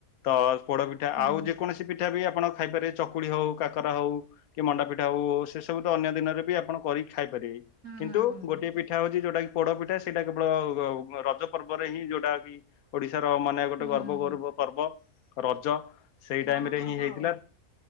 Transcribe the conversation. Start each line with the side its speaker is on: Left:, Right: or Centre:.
Left: ତ ପୋଡପିଠା
Right: ହୁଁ ହୁଁ
Left: ଆଉ ଯେକୌଣସି ପିଠା ବି ଆପଣ ଖାଇପାରିବେ ଚକୁଳି ହଉ କାକରା ହଉ କି ମଣ୍ଡା ପିଠା ହଉ ସେ ସବୁ ତ ଅନ୍ୟ ଦିନରେ ବି ଆପଣ କରିକି ଖାଇପାରିବେ କିନ୍ତୁ
Right: ହୁଁ ହୁଁ
Left: ଗୋଟିଏ ପି ପିଠା ହଉଛି ଯୋଉଟା କି ପୋଡ ପିଠା ସେଇଟା କେବଳ ରଜ ପର୍ବରେ ହିଁ ଯୋଉଟା କି ଓଡିଶାର ମାନେ
Right: ହୁଁ
Left: ଗୋଟେ ଗର୍ବ
Right: ହୁଁ
Left: ଗୌରବ ପର୍ବ ରଜ ସେଇ
Right: ଗଣ
Left: ଟାଇମ ରେ
Right: ପର୍ବ
Left: ହିଁ ହେଇଥିଲା।
Right: ଆଉ